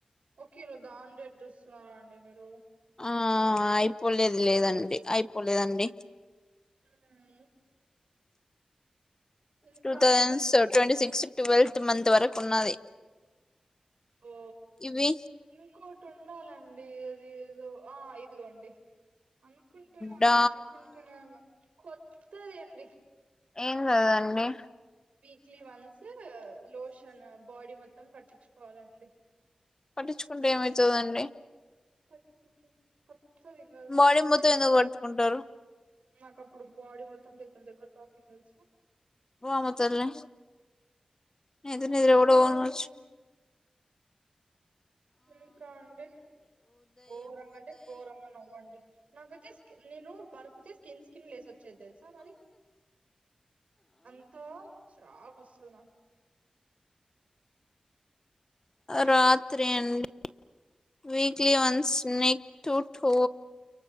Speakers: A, on the right (about 80°); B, on the left (about 30°).
A: ఓకే నువ్వు దాని రేట్ చుస్తున్నారా అండి మీరు
B: ఆ అయిపోలేదు లేదండి అయిపోలేదండి
A: ఆ మ్మ్ ఇంకా
B: టూ thousands
A: అండి
B: twenty six twelfth month వరకు ఉన్నది
A: ఓ
B: ఇవి
A: ఇంకోటి ఉండాలం ండి ఇది ఇదు ఆ ఇదిగోండి అనుకుంటూనే
B: డా
A: ఉన్నా అనుకుంటూనే ఉన్నా కొత్తది అండి
B: ఏం కాదండి
A: వీక్లీ వన్స్ లోషన్ బాడీ మొత్తం పట్టించుకోవాలండి
B: పట్టించుకుంటే ఏమైతుందండి
A: తగ్గిపోతుంది కొత్తది కాదు
B: బాడీ మొత్తం ఎందుకు పట్టుకుంటారు
A: నాకు అప్పుడు బాడీ మొత్తం దె <unintelligible>
B: వామ్మో తల్లి నేనైతే నిద్రకూడా పోను
A: అదండి
B: కావచ్చు
A: ఇంకా అండి ఘోరంగా అంటే ఘోరంగా నవ్వండి నాకైతే స్కిన్ నేను వర్క్ చేస్ స్కిన్ లేసి వచ్చేది తెలుసా మరి అంత చాక్ వస్తది నాకు
B: రాత్రి అండి weekly once neck to toe